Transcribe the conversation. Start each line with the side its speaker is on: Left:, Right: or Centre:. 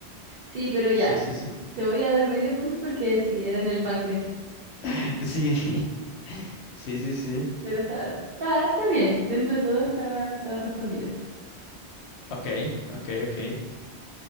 Right: Sí, pero ya,
Left: Sí, sí, sí.
Right: te voy a dar medio punto porque si era en el páncreas.
Left: <laughs> Sí, sí, sí, sí.
Right: Pero está, está, está bien, dentro de todo estaba, estaba respondida.
Left: Ok, ok, ok.